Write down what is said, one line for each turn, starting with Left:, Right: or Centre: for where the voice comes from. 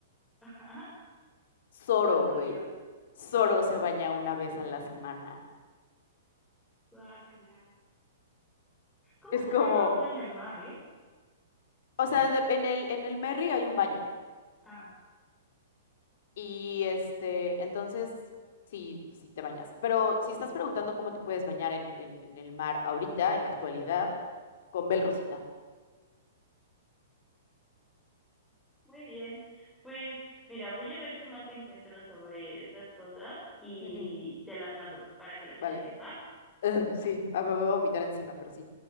Centre: Ajá,
Left: Zoro,
Centre: santo
Left: güey.
Centre: Dios.
Left: Zoro se baña una vez a la semana.
Centre: Guácala. ¿Cómo
Left: Es
Centre: se
Left: como.
Centre: baña uno en el mar, eh?
Left: O sea, de- en el, en el Merry hay un baño.
Centre: Ah,
Left: Y este, entonces, sí, sí te bañas. Pero si estás preguntando cómo te puedes bañar en, en- en el mar ahorita, en la actualidad, con Bel Rosita.
Centre: muy bien. Pues mira, voy a ver qué más encuentro sobre estas cosas y
Left: Ujú,
Centre: te las mando para que las
Left: Vale.
Centre: cheques, ¿va?
Left: <laughs> Ugh, sí, ah, me voy a vomitar encima, pero sí.